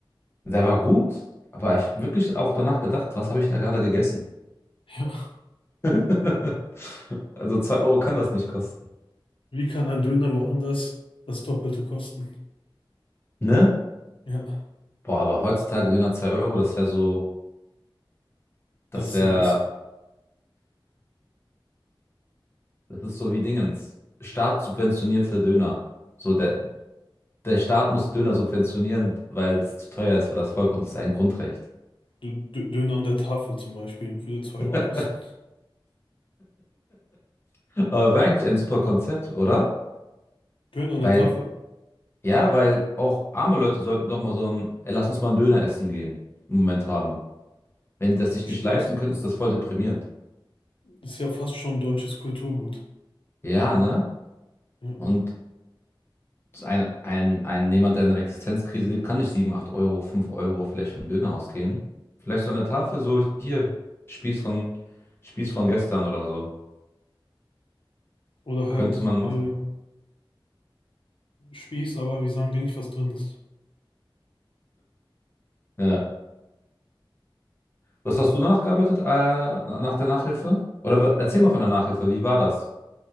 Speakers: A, on the left; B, on the left.
A: Der war gut, aber ich habe wirklich auch danach gedacht, was habe ich da gerade gegessen?
B: Ja.
A: <laughs> Also 2 Euro kann das nicht kosten.
B: Wie kann ein Döner woanders das Doppelte kosten?
A: Ne?
B: Ja.
A: Boah, aber heutzutage Döner 2 Euro, das wäre so, das
B: Das ist
A: wäre,
B: ein Witz.
A: das ist so wie Dingens. Staatssubventionierte Döner. So der, Der Staat muss Döner subventionieren, weil es zu teuer ist für das Volk und es ist ein Grundrecht.
B: Dö- Dö- Döner an der Tafel zum Beispiel würde 2 Euro
A: <laughs>
B: kosten.
A: Aber wäre eigentlich ein super Konzept, oder?
B: Döner an der
A: Weil,
B: Tafel.
A: ja, weil auch arme Leute sollten doch mal so ein, ey, lass uns mal einen Döner essen gehen, Moment haben. Wenn die das sich
B: Stimmt.
A: nicht leisten können, ist das voll deprimierend.
B: Ist ja fast schon deutsches Kulturgut.
A: Ja, ne?
B: Ja.
A: Und ein, ein, ein jemand, der in einer Existenzkrise lebt, kann nicht 7, 8 Euro, 5 Euro vielleicht für einen Döner ausgehen. Vielleicht so an der Tafel so, hier, Spieß von, Spieß von gestern oder so.
B: Oder halt
A: Könnte man machen.
B: äh, Spieß, aber wir sagen dir nicht, was drin ist.
A: Ja. Was hast du danach gearbeitet, äh, nach der Nachhilfe? Oder w- erzähl mal von der Nachhilfe, wie war das?